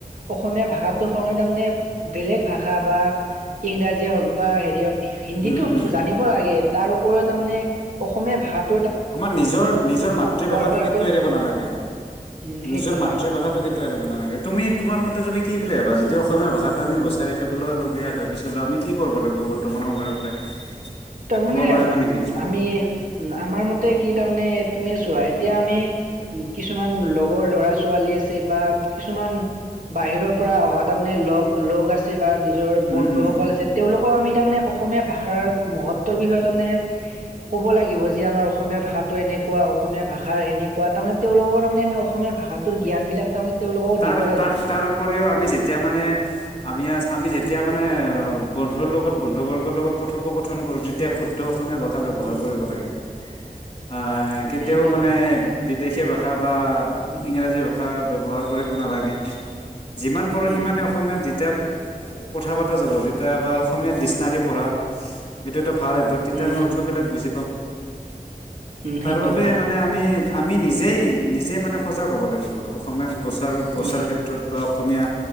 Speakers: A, on the right; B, on the left.
A: অসমীয়া ভাষাটোৰ হৈ তাৰমানে বেলেগ ভাষা বা ইংৰাজীয়ে হওক বা হেৰি হওক হিন্দীটো
B: উম, উম
A: জানিব লাগে। তাৰ ওপৰত তাৰমানে, অসমীয়া ভাষাত
B: আমাৰ নিজৰ, নিজৰ মাতৃভাষাটো
A: কৰাটো
B: কেতিয়াও এৰিব নালাগে।
A: উম সেইটো
B: নিজৰ মাতৃভাষাটো
A: হয়
B: কেতি কেতিয়াও এৰিব নালাগে। তুমি তোমাৰ মতে তুমি কি বুলি ভাবা? যেতিয়া অসমীয়া ভাষাটো আমি বচাই ৰাখিব ল-লগীয়া হয়। পিছলৈ আমি কি কৰিব লাগিব বৰ্তমান সময়ৰ পৰাই।
A: তাৰমানে
B: ক'ব পাৰিবা
A: ও,
B: নেকি?
A: আমি ও আমাৰ মত তে কি তাৰমানে তুমিয়ে চোৱা, এতিয়া আমি কিছুমান লগৰ ল'ৰা-ছোৱালী আছে বা কিছুমান বাহিৰৰ পৰা অহা তাৰমানে লগ-লগ আছে, বা নিজৰ
B: উম,
A: বন্ধুসকল
B: উম।
A: আছে। তেওঁলোক অ-আমি তাৰমানে অসমীয়া ভাষাৰ মহত্বৰ বিষয়ে তাৰমানে, ক'ব লাগিব যে আমাৰ অসমীয়া ভাষাটো এনেকুৱা, অসমীয়া ভাষাৰ এনেকুৱা, তাৰমানে তেওঁলোকৰ তাৰমানে এনে অসমীয়া ভাষাত তোৰ জ্ঞানবিলাক তাৰমানে তেওঁলোকক
B: তাৰ,
A: দিব লাগিব
B: তাৰ, তাৰ উপৰিও আমি যেতিয়া মানে, আমি আজ-আমি যেতি যেতিয়া মানে অ' বন্ধুৰ লগত, বন্ধুবৰ্গৰ লগত কথোপকথন কৰো, তেতিয়া শুদ্ধ অসমীয়া ভা ভাষা ব্যৱহাৰ
A: উম,
B: কৰিব লাগে। আই,
A: উম,
B: কেতিয়াও
A: সেইটো
B: মানে
A: হয়।
B: বিদেশী ভাষা বা
A: উম,
B: ইংৰাজী ভাষা ব্যৱহাৰ কৰিব নালাগে। যিমান পাৰো
A: উম,
B: সিমানেই, অসমীয়াত যেতিয়া কথা পতা যাব, তেতিয়া বা অসমীয়াত ডিচনাৰি পঢ়া। এইটো এটা ভালে, বক্তিতাই
A: উম,
B: আমি
A: সেই
B: অৰ্থবিলাক বুজি পাম।
A: উম,
B: তাৰ
A: সেইটো
B: বাবে
A: হয়
B: মানে আমি, আমি নিজ জেই-নিজে মানে সজাগ হ'ব লাগিব আৰু। অসমীয়াত বচাৰো, বচাৰ
A: উম।
B: ক্ষেত্ৰত বা অসমীয়া